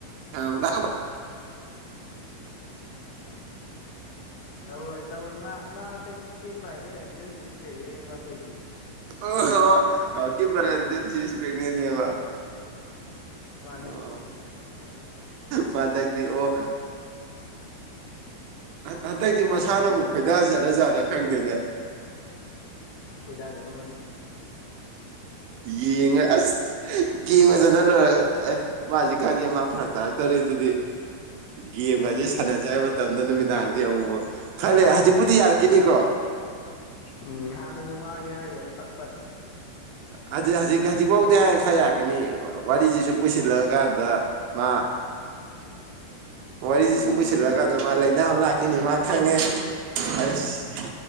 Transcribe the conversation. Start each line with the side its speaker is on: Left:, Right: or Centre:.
Right: ꯝ ꯊ
Left: ꯇꯧꯔꯣꯏ ꯇꯧꯔꯣꯏ ꯃꯥ ꯃꯥ ꯍꯟꯗꯛꯀꯤꯤꯦꯠ ꯄ꯭ꯔꯥꯏꯚꯦꯠꯇ ꯄ꯭ꯔꯦꯃ ꯇꯩꯁꯦ
Right: ꯑꯣ ꯍ ꯍꯧ ꯄ ꯁꯤꯁꯄꯦꯒꯅꯦ ꯅꯦꯕ
Left: ꯃꯥꯅꯤ
Right: ꯑꯣ
Left: ꯑꯁ
Right: ꯃꯥꯇ ꯑꯣ ꯍꯟꯗꯛꯇꯤ
Left: ꯕꯦꯔꯥ ꯀꯥꯔꯦꯀꯣ
Right: ꯃꯁꯥꯅꯕꯨꯛ
Left: ꯕꯦꯔꯥ
Right: ꯈꯣꯏꯗꯥꯖꯔꯖꯥꯠꯅ
Left: ꯀꯥꯔꯦ
Right: ꯈꯪꯗꯦꯅꯦ
Left: ꯈꯣꯏꯗꯥꯖꯔꯝꯃꯅꯤ
Right: ꯌꯦꯡꯉ ꯑꯁ ꯌꯦꯡꯉꯖꯅ ꯂꯣꯏꯔꯒ ꯑꯦ ꯃꯥꯁꯦ ꯀꯥꯟꯁꯦ ꯃꯥ ꯐꯔꯛ ꯇꯥꯔꯛꯇꯣꯔꯤꯅꯤ ꯑꯗꯨꯗꯤ ꯒꯦꯝꯒꯁꯦ
Left: ꯎꯝ
Right: ꯁꯥꯟꯅꯖꯩ ꯍꯥꯏ ꯃꯇꯝꯗ ꯅꯨꯃꯤꯗꯥꯡꯗꯤ ꯑꯃꯨꯛ ꯈꯜꯂꯦ ꯍꯧꯖꯤꯛꯄꯨꯗꯤ ꯌꯥꯔꯛꯈꯤꯅꯤꯀꯣ
Left: ꯎꯝ ꯍꯥꯟꯅꯁꯨ ꯃꯥꯡꯉꯦ ꯍꯥꯏꯗꯣ ꯐꯠ ꯐꯠ
Right: ꯍꯧ ꯍꯧꯖꯤꯛ ꯍꯧꯖꯤꯛ ꯐꯥꯎꯗꯤ ꯍꯥꯏꯡꯈꯥꯏ ꯌꯥꯛꯀꯅꯤ ꯋꯥꯔꯤꯁꯦ ꯁꯨꯝ ꯄꯨꯁꯤꯜꯂꯛꯑꯀꯥꯟꯗ ꯃꯥ ꯋꯥꯔꯤꯁꯤ
Left: ꯎꯝ
Right: ꯁꯨꯝ ꯄꯨꯁꯤꯜꯂꯛꯑꯀꯥꯟꯗ ꯃꯥ ꯂꯥꯏꯅꯥ ꯑꯃ ꯂꯥꯛꯈꯤꯅꯤ ꯃꯥ ꯈꯪꯉꯦ ꯑꯩꯁ